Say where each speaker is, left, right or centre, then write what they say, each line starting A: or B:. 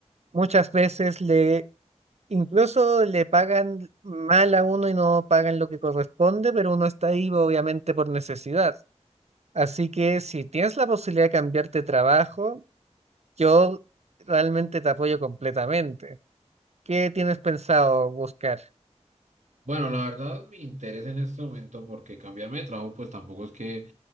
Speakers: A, on the right; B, on the right.
A: Muchas veces le, incluso le pagan mal a uno y no pagan lo que corresponde, pero uno está ahí obviamente por necesidad. Así que si tienes la posibilidad de cambiarte de trabajo, yo realmente te apoyo completamente. ¿Qué tienes pensado buscar?
B: Bueno, la verdad me interesa en este momento porque cambiarme de trabajo pues tampoco es que